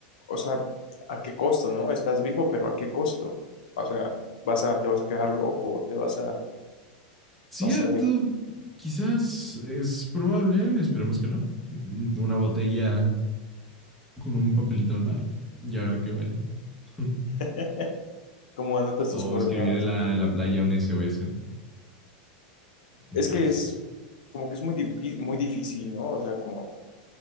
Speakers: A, on the left; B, in the centre.
A: o sea, a qué costo, ¿no? Estás vivo, pero a qué costo. O sea, vas a, te vas a quedar loco, te vas a,
B: Cierto,
A: no sé,
B: quizás es probable, esperemos que no. Una botella con un papelito al mar y a ver qué vaya. <laughs>
A: <laughs> cómo anotas
B: O
A: tus coordenadas,
B: escribir en la,
A: ¿ok?
B: la playa un SOS, un
A: Es
B: clásico.
A: que es como que es muy, di- muy difícil, ¿no? O sea, como